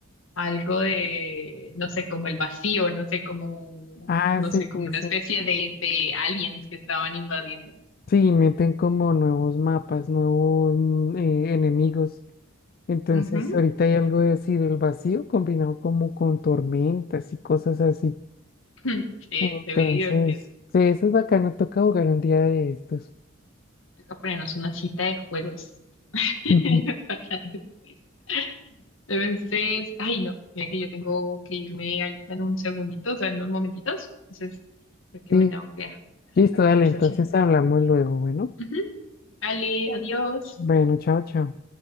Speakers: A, on the left; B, on the left.
A: algo de, no sé, como el vacío, no sé, como,
B: Ah,
A: no
B: sí,
A: sé, como
B: sí,
A: una
B: sí.
A: especie de, de aliens que estaban invadiendo.
B: Sí, meten como nuevos mapas, nuevos mm, eh, enemigos. Entonces,
A: Ujú.
B: ahorita hay algo de así del vacío combinado como con tormentas y cosas así.
A: <laughs> Sí,
B: Entonces,
A: se ve divertido.
B: sí, eso es bacano. Toca jugar un día de estos.
A: Toca ponernos una cita de juegos <laughs>
B: Ujú.
A: para después. Entonces, ay no, mira que yo tengo que irme ahorita en un segundito, o sea, en unos momentitos. Entonces, creo que
B: Sí,
A: me tengo que dejar
B: listo,
A: la conversación
B: dale. Entonces
A: por
B: hablamos
A: acá.
B: luego. Bueno,
A: Ujú. Vale, adiós.
B: bueno, chao, chao.